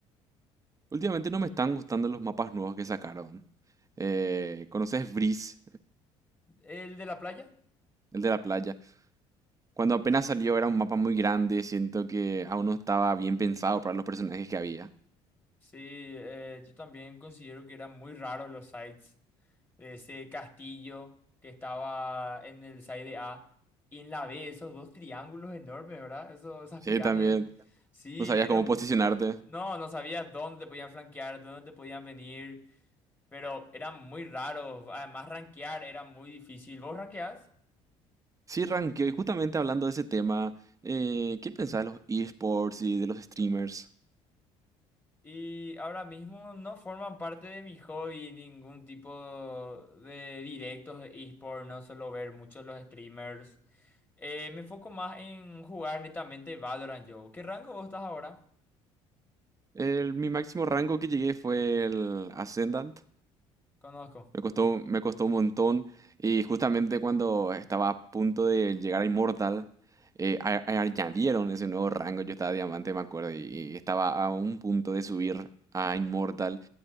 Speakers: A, on the right; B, on the left.
A: Últimamente no me están gustando los mapas nuevos que sacaron. Eh, ¿conoces Breeze,
B: ¿El de la playa?
A: el de la playa? Cuando apenas salió era un mapa muy grande. Siento que aún no estaba bien pensado para los personajes que había.
B: Sí, eh, yo también considero que eran muy raros los sites de ese castillo que estaba en el site de A y en la B, esos dos triángulos enormes, ¿verdad? Eso- esas
A: Sí,
B: pirámides.
A: también.
B: Sí,
A: No sabías
B: eran...
A: cómo posicionarte.
B: No, no sabías dónde te podían flanquear, dónde te podían venir, pero eran muy raros. Además, rankear era muy difícil. ¿Vos rankeás?
A: Sí, ranqueo. Y justamente hablando de ese tema, eh, ¿qué pensás de los esports y de los streamers?
B: Y ahora mismo no forman parte de mi hobby ningún tipo de directos de eSport, no suelo ver mucho los streamers. Eh, me enfoco más en jugar netamente Valorant yo. ¿Qué rango vos estás ahora?
A: El- mi máximo rango que llegué fue el Ascendant.
B: Conozco.
A: Me costó, me costó un montón. Y justamente cuando estaba a punto de llegar a Immortal, eh, a- a- añadieron ese nuevo rango. Yo estaba diamante, me acuerdo, y, y estaba a un punto de subir a Immortal